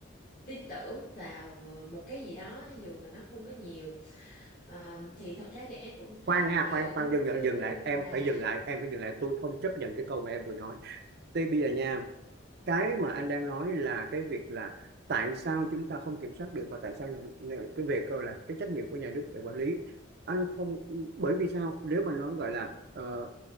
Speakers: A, on the left; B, on the right.
A: tin tưởng vào một cái gì đó dù mà nó không có nhiều Ờ, thì thật ra thì em cũng thấy
B: khoan nha
A: ví
B: khoan
A: dụ giống
B: khoan dừng
A: như
B: dừng dừng lại em
A: là
B: phải dừng lại em phải dừng lại tôi không chấp nhận cái câu mà em vừa nói thì bây giờ nha cái mà anh đang nói là cái việc là tại sao chúng ta không kiểm soát được và tại sao nhà, nhà, cái về cơ là cái trách nhiệm của nhà nước để quản lý anh không bởi vì sao nếu mà nói gọi là ờ,